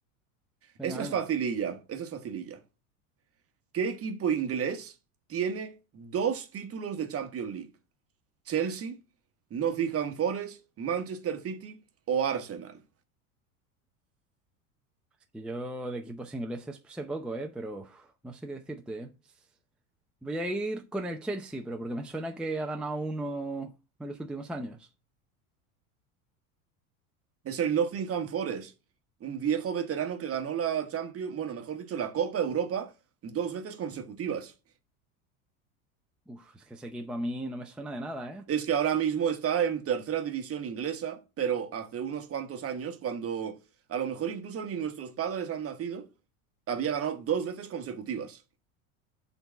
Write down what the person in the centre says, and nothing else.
Venga,
venga.
Y yo de equipos ingleses sé poco, ¿eh? Pero uf, no sé qué decirte, ¿eh? Voy a ir con el Chelsea, pero porque me suena que ha ganado uno en los últimos años.
Uf, es que ese equipo a mí no me suena de nada, ¿eh?